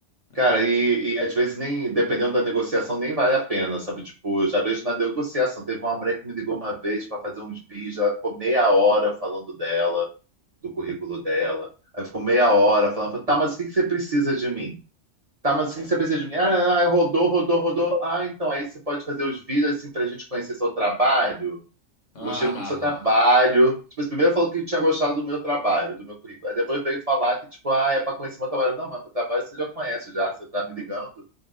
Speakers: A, on the left; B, on the right.
A: É.
B: Cara, e, e às vezes nem, dependendo da negociação, nem vale a pena, sabe? Tipo, eu já vejo na negociação. Teve uma mulher que me ligou uma vez para fazer uns vídeos, ela ficou meia hora falando dela, do currículo dela. Aí ficou meia hora falando, tá, mas o que que você precisa de mim? Tá, mas o que que você precisa de mim? Ah, ah, rodou, rodou, rodou. Ah, então aí você pode fazer os vídeos assim pra gente conhecer seu trabalho.
A: Ah,
B: Eu gostei muito
A: ah,
B: do seu trabalho.
A: ah.
B: Tipo, assim, primeiro falou que tinha gostado do meu trabalho, do meu currículo. Aí depois veio falar que, tipo, ah, é pra conhecer meu trabalho. Não, mas meu trabalho você já conhece já, você tá me ligando.